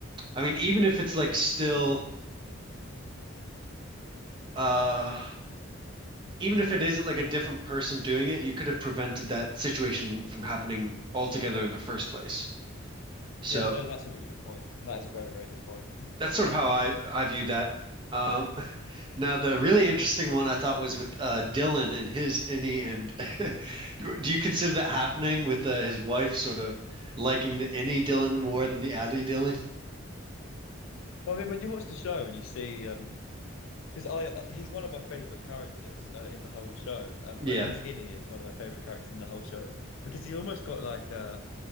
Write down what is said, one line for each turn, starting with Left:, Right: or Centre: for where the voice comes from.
Right: I mean, even if it's like still uh even if it is like a different person doing it, you could have prevented that situation from happening altogether in the first place. So
Left: Yeah, no, that's a really good point. That is a very, very good point.
Right: that's sort of how I I viewed that. Um, <laughs> now the really interesting one I thought was with uh, Dylan and his innie, and <laughs> do you consider that happening with uh, his wife sort of liking the innie Dylan more than the Addy Dylan?
Left: Well, I mean, when you watch the show and you see, um, because I uh, he's one of my favorite characters uh, in the whole show. Um,
Right: Yeah,
Left: but he's Innie is one of my favorite characters in the whole show because he's almost got like a